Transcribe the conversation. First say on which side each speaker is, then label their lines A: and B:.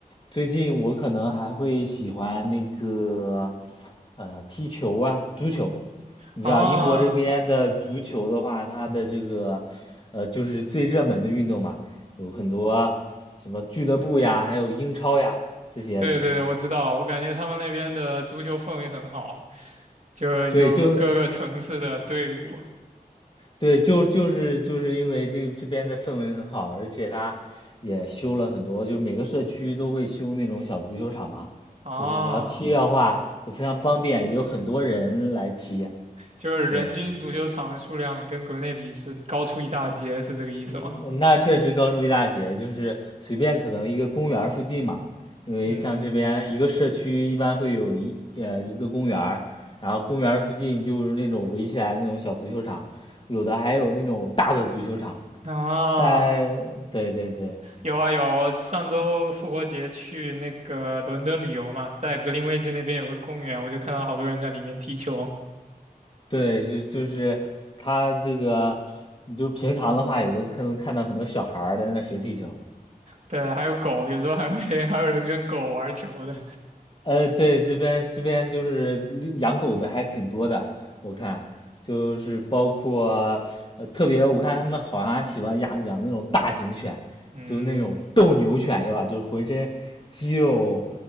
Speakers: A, on the left; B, on the right.
A: 最近我可能还会喜欢那个呃踢球啊，足球。你知道英国这边的足球的话，
B: 啊，
A: 它的这个呃就是最热门的运动嘛，有很多什么俱乐部呀，还有英超呀这些，
B: 对对对，
A: 就是
B: 我知道，我感觉他们那边的足球氛围很好。就是有各个城市的队伍
A: 对，就对，就就是就是因为这个这边的氛围很好，而且它也修了很多，就每个社区都会修那种小足球场嘛，
B: 啊，
A: 就是你要踢的话也非常方便，也有很多人来踢。
B: 就是人均足球场的数量跟国内比是高出一大截，
A: 对，
B: 是这个意思吗？
A: 嗯，那确实高出一大截，就是随便可能一个公园儿附近嘛，因为像这边一个社区一般会有一呃一个公园儿然后公园儿附近就是那种围起来那种小足球场，
B: 嗯，
A: 有的还有那种大的足球场，
B: 啊，
A: 但对对对。
B: 有啊有啊，我上周复活节去那个伦敦旅游嘛，在格林威治那边有个公园，我就看到好多人在里面踢球，
A: 对，就就是他这个，就平常的话也都可能看到很多小孩儿在那学踢球。
B: 对，还有狗，有时候还会 <laughs> 还有人跟狗玩球的，
A: 呃，对，这边这边就是养狗的还挺多的，我看就是包括呃，特别我看他们好像还喜欢养养那种大型犬，
B: 嗯
A: 就是那种斗牛犬是吧？就是浑身肌肉